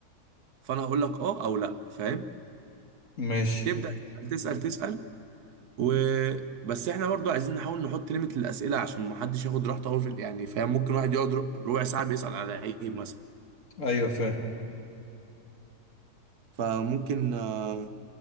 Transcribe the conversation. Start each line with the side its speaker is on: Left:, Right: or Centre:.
Right: فانا هقول لك اه او لا فاهم
Left: ماشي
Right: تبدا تسال تسال تسال و بس احنا برضو عايزين نحاول نحط ليميت للاسئله عشان ما حدش ياخد راحته قوي في ال- يعني فاهم ممكن واحد يقعد ر- ربع ساعه بيسال على عيب مثلا
Left: ايوه فاهم
Right: فممكن آه،